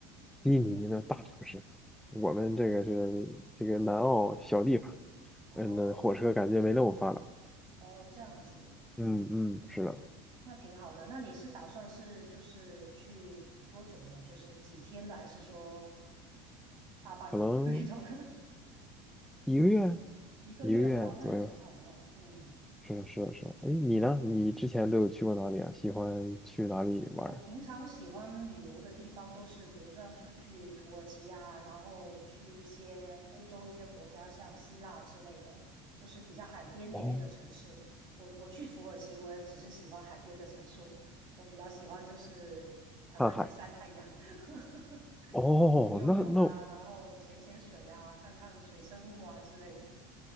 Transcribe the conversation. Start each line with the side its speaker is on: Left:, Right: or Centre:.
Centre: 悉尼的大城市，我们这个是这个南澳小地方，
Right: 哦
Centre: 嗯，那火车感觉没那么发达。
Right: 哦，这样子，
Centre: 嗯嗯，
Right: 嗯，
Centre: 是的，
Right: 那挺好的。那你是打算是就是去多久呢？就是几天的，还是说大半年的那种？
Centre: 可能。一个月，
Right: <laughs> 一个月，
Centre: 一个月左右。
Right: 哇，那也挺好的哦嗯。
Centre: 是的，是的，是的。哎，你呢？你之前都有去过哪里啊？喜欢去哪里玩儿？
Right: 我平常喜欢旅游的地方都是，比如说是去土耳其啊，然后去一些欧洲一些国家，像希腊之类的，就是比较海边那边的城市。
Centre: 哦，
Right: 我我去土耳其，我也只是喜欢海边的城市，我我比较喜欢就是躺在那里晒太阳，
Centre: 看海。
Right: <laughs> 然
Centre: 哦，
Right: 后游游泳啊，
Centre: 那那
Right: 然后潜潜水啊，看看水生物啊之类的。